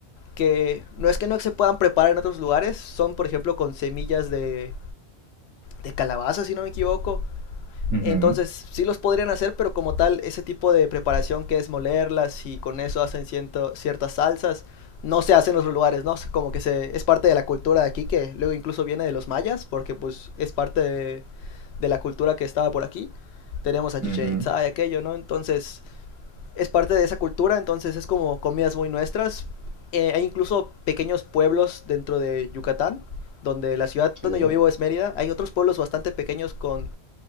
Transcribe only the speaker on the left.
que no es que no se puedan preparar en otros lugares, son por ejemplo con semillas de, de calabaza, si no me equivoco.
Entonces sí los podrían hacer, pero como tal, ese tipo de preparación que es molerlas y con eso hacen ciento, ciertas salsas, no se hace en otros lugares, ¿no? Como que se, es parte de la cultura de aquí, que luego incluso viene de los mayas, porque pues es parte de, de la cultura que estaba por aquí. Tenemos a
Chichen Itza y aquello, ¿no? Entonces es parte de esa cultura, entonces es como comidas muy nuestras. Eh, hay incluso pequeños pueblos dentro de Yucatán, donde la ciudad
donde yo vivo es Mérida. Hay otros pueblos bastante pequeños con